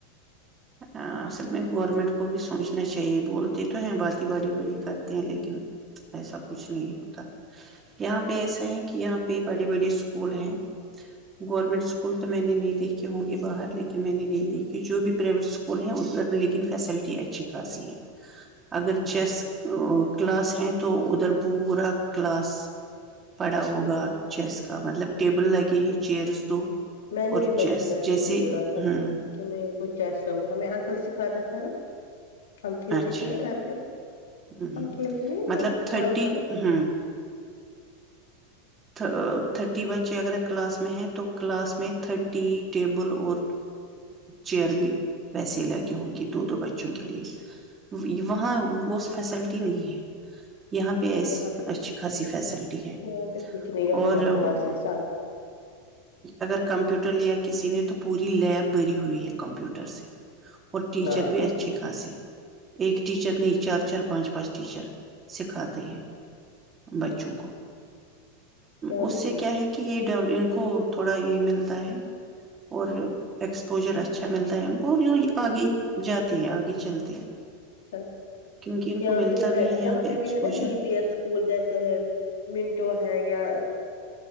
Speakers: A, on the right; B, on the left.
A: اصل میں گورنمنٹ کو بھی سوچنا چاہیے بولتے تو ہیں بات بڑی بڑی کرتے ہیں لیکن ایسا کچھ نہیں ہوتا یہاں پ ایسا ہے کہ یہاں پہ بڑے بڑی اسکول ہیں گورنمنٹ اسکول تو میں نے نہیں دیکھے ہوں گے باہر لیکن میں نے نہیں دیکھے جو بھی پرائیویٹ اسکول ہیں اد لیکن فیسلٹی اچھی خاصی ہیں اگر
B: اچھا
A: چیس
B: ٹھیک
A: کلاس ہے تو ادھر پورا کلاس پڑا ہوگا چیس کا مطلب ٹیبل لگے ہیں چیئرس دو
B: میں نے
A: اور
B: بھی پرسوں
A: چیس
B: بٹوں
A: جیسے
B: کو بولا تھا
A: ہ
B: کہ میں ان کو چیس گے ہمیں انکل سکھاتا تھا نا ہم کھیلتے
A: اچھا
B: تھے نا گھر پہ
A: ہ ہ
B: ہم کھیلتے نہیں
A: مطلب
B: تھے
A: تھرٹی
B: خان کا میں
A: ہ تھرٹی بچے اگر کلاس میں ہیں تو کلاس میں تھرٹی ٹیبل اور چیئر بھی ویسے لگی ہوں گی دو دو بچوں کے لیے وہاں وہ فیسلٹی نہیں ہے یہاں پہ
B: ہ
A: ایسی
B: یہاں پہ
A: اچھی خاصی فیسلٹی ہے
B: یہاں پہ کچھ نہیں یہاں
A: اور
B: پہ بکواس
A: ہ
B: ہے سب
A: اگر کمپیوٹر لیا کسی نے تو پوری لیب بری ہوئی ہے کمپیوٹر سے اور ٹیچر
B: ہاں
A: بھی اچھے خاصے ایک ٹیچر نے چار چار پانچ پانچ ٹیچر سکھاتے ہیں بچوں کو
B: یہاں
A: اس
B: پہ
A: سے
B: کچھ
A: کیا
B: نہیں
A: ہے کہ یہ ڈ کو تھوڑا یہ ملتا ہے اور ایکسپوجر اچھا ملتا ہے ان کو آگے ہی جاتے ہیں آگے چلتے ہیں
B: اچ اچا
A: کیونکہ ان
B: یہاں
A: کو ملتا
B: پہ
A: بھی ہے
B: یہاں پہ
A: exposure
B: بھی ہے نا D P S school جیسے ہے منٹو ہے یا